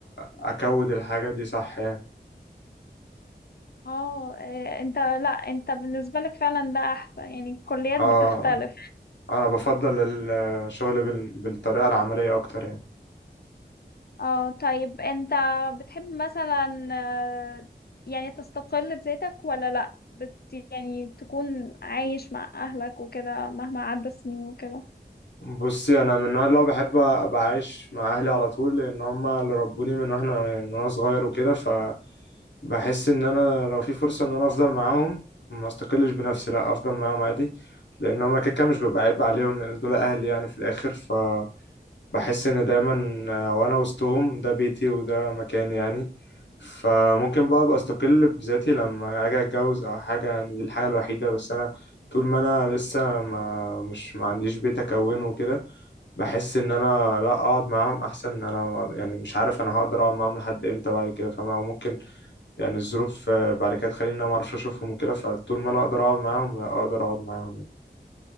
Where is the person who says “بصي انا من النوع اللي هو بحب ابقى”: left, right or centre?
Left